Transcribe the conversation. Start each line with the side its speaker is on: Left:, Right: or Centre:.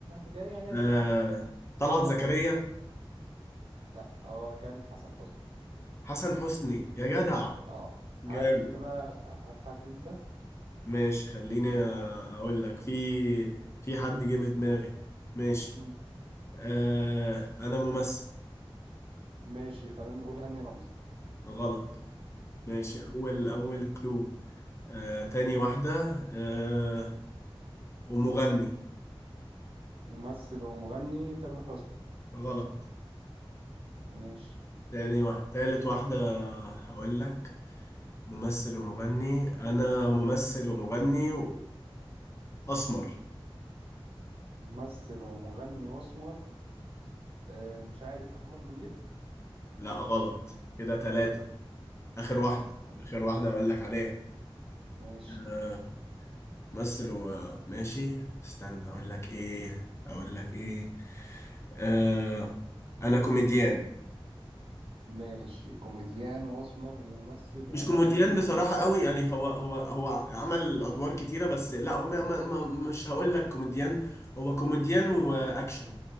Right: جاية جاية
Left: آه
Right: ها
Left: طلعت زكريا
Right: لا هو كان حسن حسني
Left: حسن حسني يا جدع
Right: اه
Left: جامد
Right: هات انت بقى هات حد انت
Left: ماشي خليني آه، اقول لك في في حد جه في دماغي ماشي
Right: مم.
Left: آه انا ممثل
Right: ماشي خلينا نقول هاني رمزي
Left: غلط ماشي
Right: مم.
Left: اول اول كلو آه تاني واحدة آه ومغني
Right: ممثل ومغني تامر حسني
Left: غلط
Right: ماشي
Left: تاني واحدة تالت واحدة هقول لك ممثل ومغني انا ممثل ومغني واسمر
Right: ممثل ومغني واسمر آه مش عارف محمد منير
Left: لا غلط كده تلاتة اخر
Right: امم
Left: واحده
Right: عم-
Left: اخر واحده اقول لك عليها
Right: ماشي
Left: آه مثل وماشي استنى اقول لك ايه اقول لك ايه آه انا كوميديان
Right: ماشي كوميديان واسمر وممثل ومغني
Left: مش كوميديان بصراحه قوي يعني هو هو هو عمل ادوار كتيره بس لا هو ما ما ما مش هقول لك كوميديان هو كوميديان واكشن